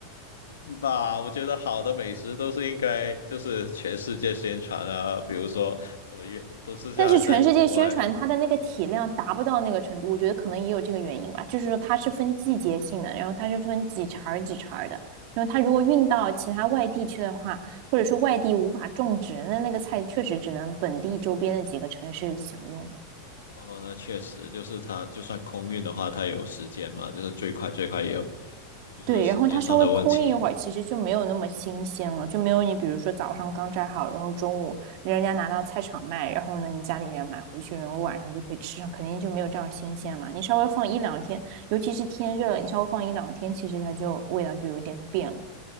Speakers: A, on the left; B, on the right.
A: 是吧？我觉得好的美食都是应该就是全世界宣传啊，比如说什么运都是在在国外啊。
B: 但是全世界宣传它的那个体量达不到那个程度，我觉得可能也有这个原因吧。就是说它是分季节性的，然后它是分几茬儿几茬儿的，然后它如果运到其他外地去的话，或者说外地无法种植，那那个菜确实只能本地周边的几个城市享用。
A: 哦，那确实就是它，就算空运的话，它有时间嘛，就是最快最快也有，就是时间上的问题。
B: 对，然后它稍微空运一会儿，其实就没有那么新鲜了，就没有你比如说早上刚摘好，然后中午人家拿到菜场卖，然后呢你家里人买回去，然后晚上就可以吃上，肯定就没有这样新鲜嘛。你稍微放一两天，尤其是天热了，你稍微放一两天，其实它就味道就有点变了。